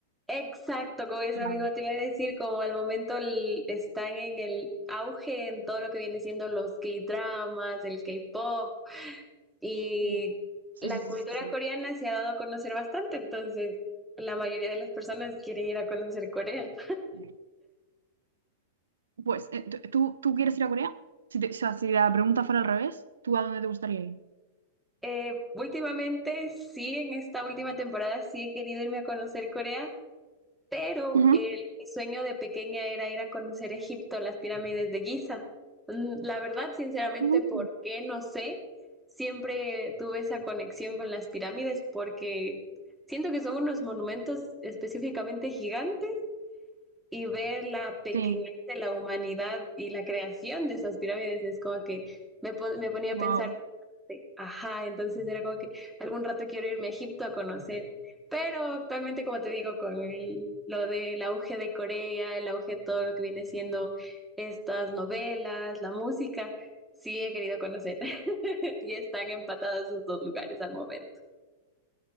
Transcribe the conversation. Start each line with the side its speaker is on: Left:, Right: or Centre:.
Centre: exacto, con esa
Right: Claro.
Centre: misma te iba a decir, como al momento el- están en el auge en todo lo que viene siendo los K-dramas, el K-pop, Y
Right: Sí. Sí,
Centre: la
Right: sí, sí,
Centre: cultura
Right: sí,
Centre: coreana se ha dado a conocer bastante, entonces la mayoría de las personas quieren ir a conocer Corea.
Right: sí. Pues, eh, t- ¿tú, tú quieres ir a Corea? Si te- o sea, si la pregunta fuera al revés, ¿tú a dónde te gustaría ir?
Centre: Eh, últimamente, sí, en esta última temporada sí he querido irme a conocer Corea, pero
Right: Ujú.
Centre: el, mi sueño de pequeña era ir a conocer Egipto, las pirámides de Giza. Mm, La verdad, sinceramente,
Right: Mm.
Centre: ¿por qué? No sé. Siempre tuve esa conexión con las pirámides porque siento que son unos monumentos específicamente gigantes y ver la pequeñez
Right: Sí,
Centre: de la humanidad y la creación de esas pirámides es como que me, pon- me ponía
Right: wow.
Centre: a pensar, de, ajá, entonces era como que algún rato quiero irme a Egipto a conocer. Pero actualmente, como te digo, con el- lo del auge de Corea, el auge de todo lo que viene siendo estas novelas, la música, sí he querido conocer. <laughs> Y están empatadas esos dos lugares al momento.